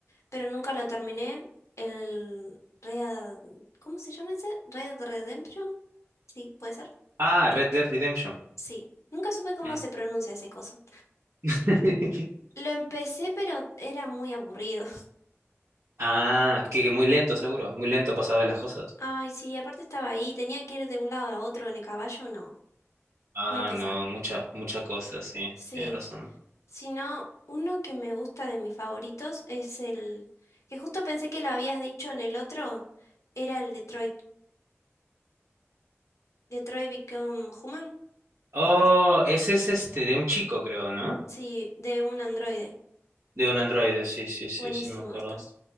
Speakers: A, on the left; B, on the right.
A: pero nunca lo terminé. El Red... ¿Cómo se llama ese? Red Redemption. Sí, ¿puede ser?
B: Ah, Red Dead Redemption.
A: Sí. Nunca supe cómo
B: Mm.
A: se pronuncia ese coso.
B: <laughs>
A: Lo empecé, pero era muy aburrido.
B: Ah, que, que muy lento seguro, muy lento pasado de las cosas.
A: <laughs> Ay, sí, aparte estaba ahí, tenía que ir de un lado a otro en el caballo, no.
B: Ah,
A: Muy pesado.
B: no, mucha, mucha cosa, sí,
A: Sí,
B: tienes razón.
A: si no, uno que me gusta de mis favoritos es el que justo pensé que lo habías dicho en el otro, era el Detroit, Detroit Become Human.
B: Oh,
A: ¿Es?
B: ese es este de un chico, creo, ¿no?
A: Sí, de un androide.
B: De un androide, sí, sí, sí,
A: Buenísimo
B: sí, me acuerdo.
A: está.